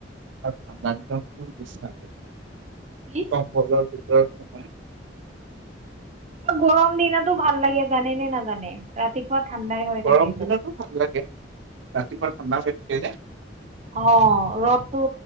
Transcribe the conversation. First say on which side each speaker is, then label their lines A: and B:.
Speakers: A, on the right; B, on the right.
A: আ ন দ <unintelligible>
B: কি?
A: কম্বলৰ ভিতৰত সোমাই।
B: গৰম দিনতো ভাল লাগে জানে নে নাজানে ৰাতিপুৱ। পোৱা ঠাণ্ডাই হৈ
A: গৰম
B: থাকেটো।
A: দিনতো ভাল লাগে ৰাতিপুৱা ঠাণ্ডা হৈ থাকে যে
B: অ' ৰদতটো